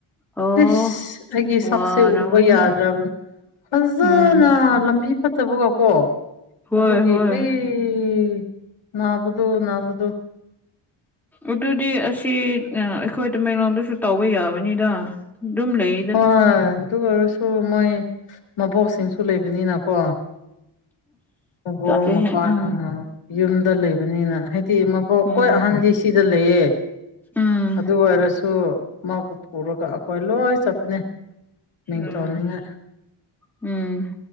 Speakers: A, in the centre; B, on the left.
A: ꯑꯣ
B: ꯏꯁ ꯑꯩꯒꯤ ꯁꯛꯁꯦ
A: ꯋꯥꯔꯝꯒꯅꯤꯍꯦ
B: ꯎꯕ ꯌꯥꯗ꯭ꯔꯕꯅꯤ ꯐꯖꯅ
A: ꯎꯝ
B: ꯂꯝꯕꯤ ꯐꯠꯇꯕꯒ ꯀꯣ
A: ꯍꯣꯏ
B: ꯑꯗꯨꯒꯤ
A: ꯍꯣꯏ
B: ꯑꯩ ꯅꯥꯕꯗꯣ ꯅꯥꯕꯗꯣ
A: ꯑꯗꯨꯗꯤ ꯑꯁꯤ ꯑꯥ ꯑꯩꯈꯣꯏ ꯇꯃꯦꯡꯂꯣꯝꯗꯁꯨ ꯇꯧꯕ ꯌꯥꯕꯅꯤꯗ ꯗꯨꯝ ꯂꯩ
B: ꯍꯣꯏ ꯑꯗꯨ ꯑꯣꯏꯔꯁꯨ ꯃꯣꯏ ꯃꯕꯣꯛꯁꯤꯡꯁꯨ ꯂꯩꯕꯅꯤꯅꯀꯣ ꯃꯕꯣꯛ
A: ꯇꯜꯂꯦꯍꯦ
B: ꯃꯧꯄꯥ
A: ꯎꯝ
B: <inaudible> ꯌꯨꯝꯗ ꯂꯩꯕꯅꯤꯅ ꯍꯥꯏꯗꯤ ꯃꯕꯣꯛ
A: ꯎꯝ
B: ꯀꯣꯏ ꯑꯍꯟꯗꯤ ꯁꯤꯗ ꯂꯩꯌꯦ
A: ꯎꯝ
B: ꯑꯗꯨ ꯑꯣꯏꯔꯁꯨ ꯃꯥꯕꯨ ꯄꯨꯔꯒ ꯑꯩꯈꯣꯏ ꯂꯣꯏ ꯆꯠꯄꯅꯦ ꯃꯤꯡ
A: ꯎꯝ
B: ꯆꯣꯟꯅꯤꯡꯉꯥꯏ
A: ꯎꯝ